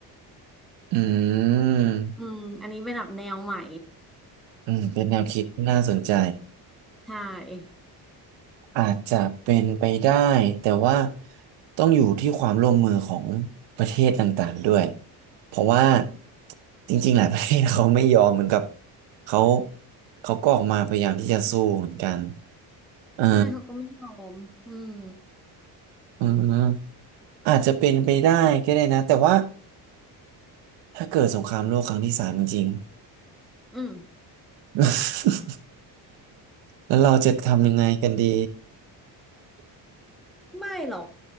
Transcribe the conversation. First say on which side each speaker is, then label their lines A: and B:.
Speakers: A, on the right; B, in the centre.
A: อืม
B: อืมอันนี้เป็นแบบแนวใหม่
A: อืมเป็นแนวคิดน่าสนใจ
B: <laughs> ใช่
A: อาจจะเป็นไปได้แต่ว่าต้องอยู่ที่ความร่วมมือของประเทศต่างๆด้วยเพราะว่าจริงๆหลาย <laughs> ประเทศเขาไม่ยอมเหมือนกับเขาเขาก็ออกมาพยายามที่จะสู้เหมือนกันเออ
B: ใช่เขาก็ไม่ยอมอืม
A: เอืมอาจจะเป็นไปได้ก็ได้นะแต่ว่าถ้าเกิดสงครามโลกครั้งที่สามจริง
B: อืม
A: <laughs> แล้วเราจะทำยังไงกันดี
B: ไม่หรอก